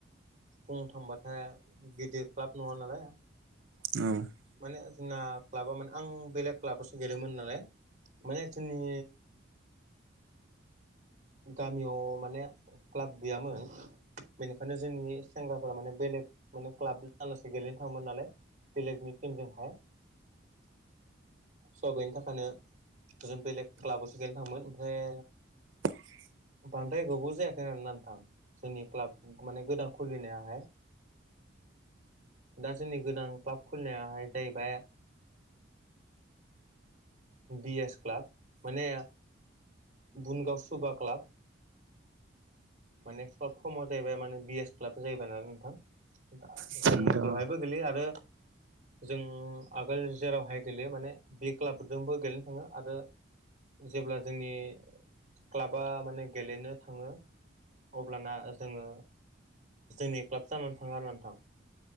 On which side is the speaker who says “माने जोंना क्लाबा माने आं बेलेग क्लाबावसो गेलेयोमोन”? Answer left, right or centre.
Right